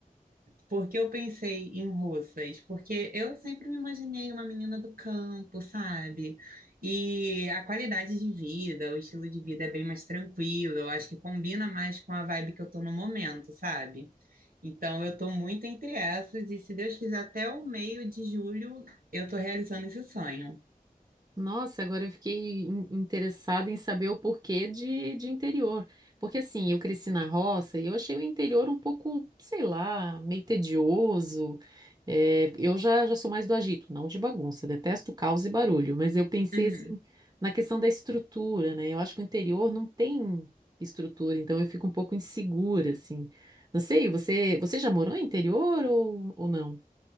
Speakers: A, on the right; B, on the right.
A: Por que eu pensei em russas? Porque eu sempre me imaginei uma menina do campo, sabe? E a qualidade de vida, o estilo de vida é bem mais tranquilo. Eu acho que combina mais com a vibe que eu tô no momento, sabe? Então eu tô muito entre essas e se Deus quiser até o meio de julho eu tô realizando esse sonho.
B: Nossa, agora eu fiquei in- interessada em saber o porquê de, de interior. Porque assim, eu cresci na roça e eu achei o interior um pouco, sei lá, meio tedioso. É, eu já, já sou mais do agito, não de bagunça, detesto caos e barulho. Mas eu pensei
A: Uhum.
B: assim na questão da estrutura, né? Eu acho que o interior não tem estrutura, então eu fico um pouco insegura, assim. Não sei, você, você já morou em interior ou, ou não?